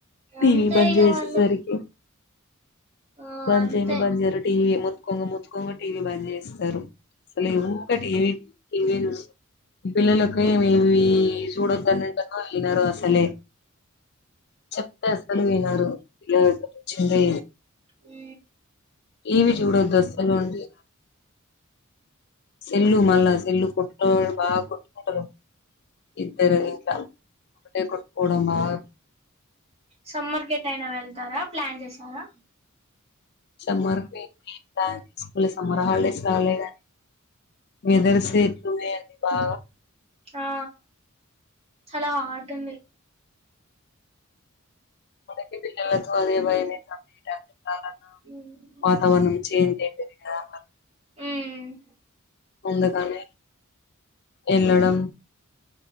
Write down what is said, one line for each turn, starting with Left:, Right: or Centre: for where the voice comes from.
Left: టీవీ
Right: అంతే
Left: బంజేసేసరికి
Right: ఇగ వాళ్ళు ఆ
Left: బంజేయనే
Right: అంతే
Left: బంజేయరు టీవీ మోత్కొంగ మోత్కోంగ టీవీ బంజేస్త అసలు ఊకె టీవీ టీవీ చూస్త పిల్లలక ఏమివి చూడొద్దనింటాను వినరు అసలే చెప్తే అసలు వినరు ఇలా <unintelligible> ఇది
Right: ఉ
Left: ఇవి జూడో దశలుండి చెల్లు మళ్ళా చెల్లు కొట్ బాగా కొట్టుకుంటారు ఇద్దరు ఇంట్ ఒకటే కొట్టుకోవడం బాగా
Right: సమ్మర్ కేటైనా వెళ్తారా ప్లాన్ చేసారా
Left: సమ్మర్ కి ప్లాన్స్ స్కూల్ సమ్మర్ హాలిడేస్ కావాలి క వేదర్ స ఎట్లు బా
Right: ఆ చాలా హాట్ ఉంది
Left: కి పిల్లల తే భయనే చాల
Right: ఉమ్
Left: వాతావరణం చేంజ్ అయితది కదా
Right: హామ్
Left: అందుకానీ ఎల్లడం